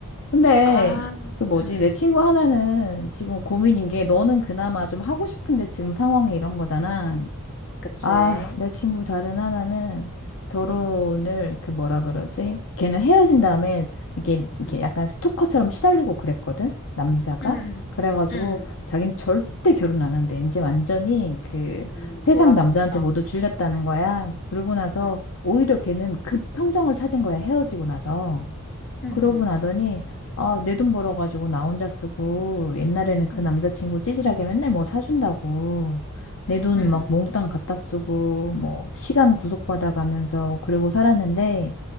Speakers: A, on the left (about 65°); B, on the left (about 50°).
A: 근데
B: 아,
A: 그 뭐지?
B: 응, 응.
A: 내 친구 하나는 지금 고민인 게 너는 그나마 좀 하고 싶은데 지금 상황이 이런 거잖아.
B: 그치.
A: 아, 내 친구 다른 하나는 결혼을
B: 음,
A: 그 뭐라 그러지? 걔는 헤어진 다음에 이게 이게
B: 응,
A: 약간 스토커처럼 시달리고 그랬거든. 남자가.
B: 응,
A: 그래가지고
B: 응.
A: 자기는 절대 결혼 안 한대. 이제 완전히 그
B: 음,
A: 세상
B: 돌아섰구나.
A: 남자한테 모두 질렸다는 거야. 그러고 나서
B: 응
A: 오히려 걔는 급 평정을 찾은 거야. 헤어지고 나서.
B: 음,
A: 그러고
B: 음,
A: 나더니 아, 내 돈 벌어가지고 나 혼자 쓰고 옛날에는 그
B: 음,
A: 남자친구 찌질하게 맨날 뭐 사준다고 내 돈
B: 음,
A: 막 몽땅 갖다 쓰고 뭐 시간 구속받아가면서 그러고 살았는데